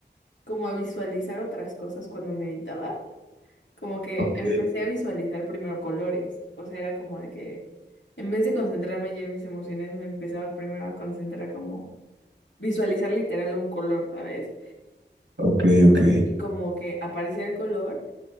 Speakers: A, on the left (about 80°); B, on the right (about 80°).
A: como a visualizar otras cosas cuando meditaba, como que
B: Ok,
A: empecé a visualizar primero colores, o sea, era como de que en vez de concentrarme ya en mis emociones, me empezaba primero a concentrar como visualizar literal un color, ¿sabes?
B: ok, ok.
A: Y como que aparecía el color.